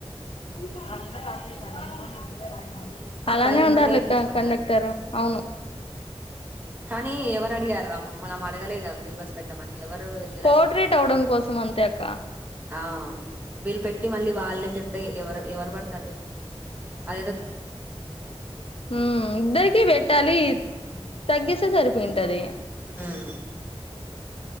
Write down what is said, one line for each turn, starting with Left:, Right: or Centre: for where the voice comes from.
Left: <inaudible> అలానే
Right: అబ్బాయిలు ఉంటేనే
Left: ఉండాలక్క
Right: ఎక్కించుకున్నారు
Left: కండక్టర్ అవును
Right: కానీ ఎవరు అడిగారా మనం అడగలేగా ఫ్రీ బస్ పెట్టమని ఎవరు ఇలా
Left: పోర్ట్రేట్ అవడం కోసం అంతే అక్క
Right: ఆ వీళ్ళు పెట్టి మళ్ళీ వాళ్ళే కియితే ఇవరు. ఎవరు పడతారు చెప్ అదేదొ.
Left: హమ్ ఇద్దరకి బెట్టాలి తగ్గిస్ స్తే సరిపోయింటది
Right: ఉమ్